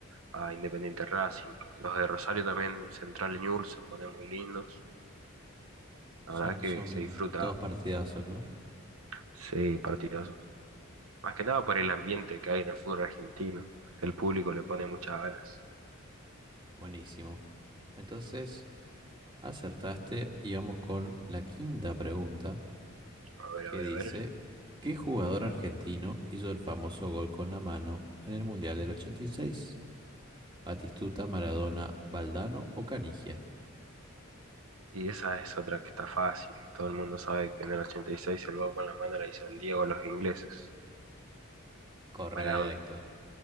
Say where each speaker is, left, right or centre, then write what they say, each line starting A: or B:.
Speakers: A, on the right; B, on the right.
A: a Independiente Racing, los de Rosario también, Central y Newell's se ponen muy lindos. La
B: Son,
A: verdad que
B: son
A: se disfruta,
B: todos partidazos, ¿no?
A: sí, partidazos. Más que nada por el ambiente que hay en el fútbol argentino. El público le pone muchas ganas.
B: Buenísimo. Entonces, acertaste y vamos con la quinta pregunta
A: A ver,
B: que
A: a ver,
B: dice,
A: a ver.
B: ¿qué jugador argentino hizo el famoso gol con la mano en el Mundial del ochenta y seis? ¿Batistuta, Maradona, Valdano o Canigia?
A: Y esa es otra que está fácil. Todo el mundo sabe que en el 86 el gol con la mano la hizo el Diego a los ingleses.
B: Correcto.
A: Maradona.